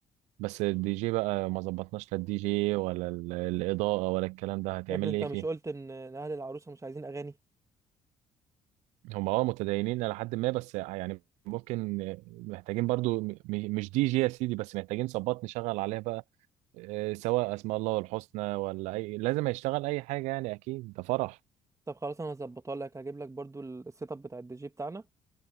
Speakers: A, on the right; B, on the right.
A: بس الدي جي بقى ما ظبطناش لا الدي جي ولا ال- الإضاءة ولا الكلام ده هتعمل
B: يا ابني انت
A: لي ايه
B: مش
A: فيه
B: قلت ان إن اهل العروسه مش عايزين اغاني
A: هم اه متدينين إلى حد ما بس يعني ممكن محتاجين برضو م- م- مش دي جي يا سيدي بس محتاجين صبات نشغل عليها بقى آه، سواء اسماء الله الحسنى ولا اي لازم هيشتغل اي حاجة يعني اكيد ده فرح
B: طب خلاص انا هظبطها لك هجيب لك برضه ال- السيت اب بتاع الدي جي بتاعنا